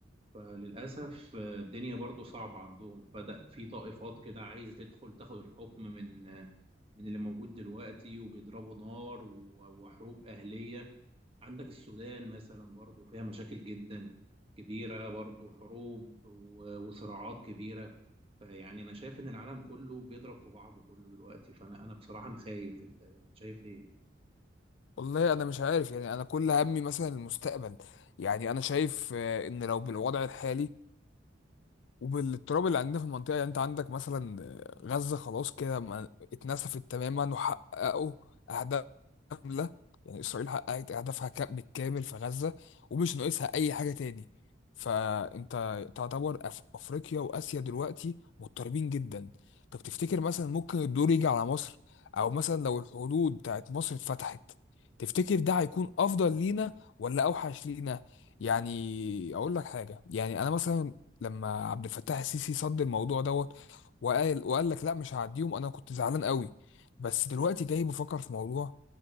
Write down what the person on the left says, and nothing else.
والله انا مش عارف يعني انا كل همي مثلا المستقبل يعني انا شايف آه، ان لو بالوضع الحالي وبالتراب اللي عندنا في المنطقة يعني انت عندك مثلا غزة خلاص كده ما- اتنسفت تماما وحققوا أهداف كاملة يعني إسرائيل حققت أهدافها كا- بالكامل في غزة ومش ناقصها أي حاجة تاني فأنت تعتبر أف- أفريقيا وآسيا دلوقتي مضطربين جدا طب تفتكر مثلا ممكن الدور يجي على مصر أو مثلا لو الحدود بتاعت مصر اتفتحت تفتكر ده هيكون أفضل لينا ولا أوحش لينا؟ يعني اقول لك حاجه يعني انا مثلا لما عبد الفتاح السيسي صد الموضوع دوت وقال وقال لك لا مش هعديهم انا كنت زعلان قوي بس دلوقتي جاي بفكر في موضوع